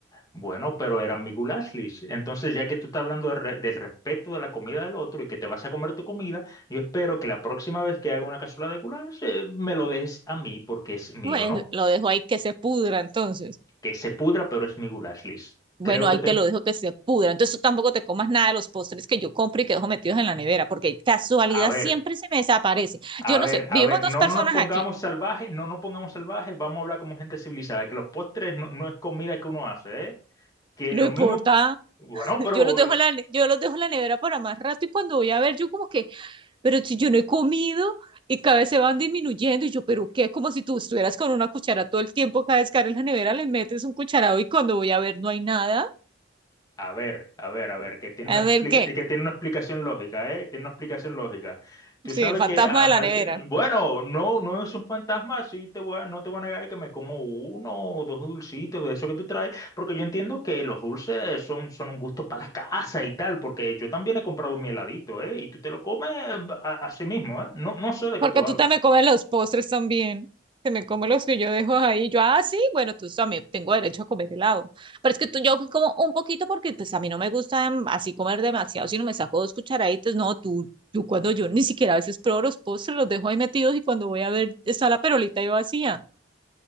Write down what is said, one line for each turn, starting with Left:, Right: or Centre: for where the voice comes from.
Left: Bueno, pero eran mi Gulaslis. Entonces, ya que tú estás hablando de re- del respeto de la comida del otro y que te vas a comer tu comida, yo espero que la próxima vez que haga una cazuela de goulash, eh, me lo dejes a mí porque es mío,
Right: Pues
Left: ¿no?
Right: lo dejo ahí que se pudra entonces.
Left: Que se pudra, pero es mi Gulaslis.
Right: Bueno,
Left: Creo que
Right: ahí
Left: te...
Right: te lo dejo que se pudra. Entonces tú tampoco te comas nada de los postres que yo compro y que dejo metidos en la nevera, porque casualidad
Left: A ver.
Right: siempre se me desaparece.
Left: A
Right: Yo no
Left: ver,
Right: sé, vivimos
Left: a ver,
Right: dos
Left: no,
Right: personas
Left: no nos pongamos
Right: aquí.
Left: salvajes, no nos pongamos salvajes, vamos a hablar como gente civilizada, que los postres no, no es comida que uno hace, ¿eh? Que
Right: No
Left: lo
Right: importa,
Left: mismo, bueno,
Right: <laughs>
Left: pero
Right: yo los dejo en la, ne- yo los dejo en la nevera para más rato y cuando voy a ver, yo como que, pero si yo no he comido y cada vez se van disminuyendo y yo, pero qué, como si tú estuvieras con una cuchara todo el tiempo, cada vez que abres la nevera le metes un cucharado y cuando voy a ver no hay nada.
Left: A ver, a ver, a ver, que tiene
Right: A
Left: una explica-
Right: ver qué,
Left: que tiene una explicación lógica, ¿eh? Tiene una explicación lógica. Tú
Right: sí,
Left: sabes
Right: el fantasma
Left: que, ah,
Right: de la
Left: ah,
Right: nevera,
Left: te- bueno, no, no es un fantasma, sí te voy a- no te voy a negar que me como uno o dos dulcitos de eso que tú traes, porque yo entiendo que los dulces son, son un gusto para la casa y tal, porque yo también he comprado mi heladito, ¿eh? Y tú te lo comes ah, a, a sí mismo, ¿eh? No, no sé de
Right: porque
Left: qué tú hablas.
Right: tú también comes los postres también. te me come los que yo dejo ahí. Yo, ah, sí, bueno, tú también tengo derecho a comer helado. Pero es que tú, yo como un poquito porque pues a mí no me gusta em, así comer demasiado, sino me saco dos cucharaditas. No, tú, tú cuando yo ni siquiera a veces pruebo los postres, los dejo ahí metidos y cuando voy a ver está la perolita ahí vacía.